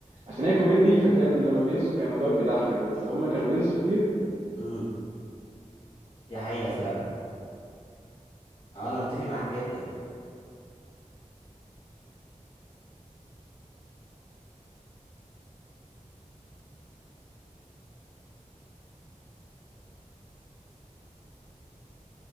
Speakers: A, on the right; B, on the left.
A: عشان هي كوميدي فكان لما بينسوا كان الموضوع بيضحك بس هما كانوا بينسوا كتير
B: امم دي حقيقه فعلا اه انا متفق معاك جدا